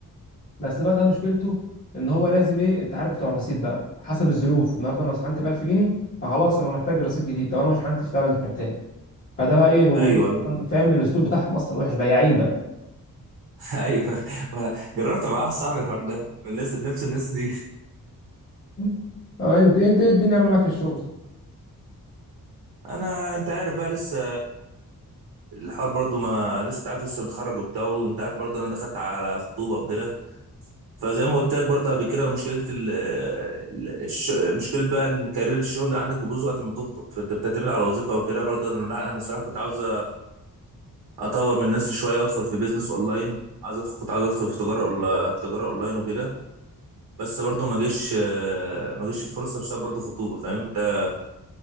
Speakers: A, on the left; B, on the right.
A: بس بقى ده مشكلته ان هو لازم ايه انت عارف بتوع الرصيد بقى حسب الظروف النهارده انا شحنت ب 1000 جنيه فخلاص انا محتاج رصيد جديد طب انا ما شحنتش لا انا مش محتاج فده بقى ايه والناس
B: ايوه ايوه
A: أصلاً فاهم الاسلوب بتاعهم اصلا وحش بياعين بقى
B: <laughs> ايوه ما أنا جربت مع واحد صاحبي الحوار ده الناس نفس الناس دي
A: <laughs> أه انت انت ايه الدنيا عامله معاك في الشغل
B: انا انت عارف بقى لسه الحوار برضو ما لسه أنت عارف لسه متخرج وبتاع وانت عارف برضو انا دخلت على خطوبه وكده فزي ما قلت لك برضه قبل كده مشكله ال ال- الش... مشكله بقى ان كارير الشغل اللي عندك بيبوظ وقت ما تخطب فانت بتعتمد على وظيفه وكده برضه انا لا، انا الصراحه كنت عاوز اطور من نفسي شويه وادخل في بيزنس اونلاين عايز ادخل كنت عاوز ادخل في تجاره أونلا- في تجاره اونلاين وكده بس برضه ما جاش آه، ما جاش الفرصه بسبب برضه خطوبه فاهم انت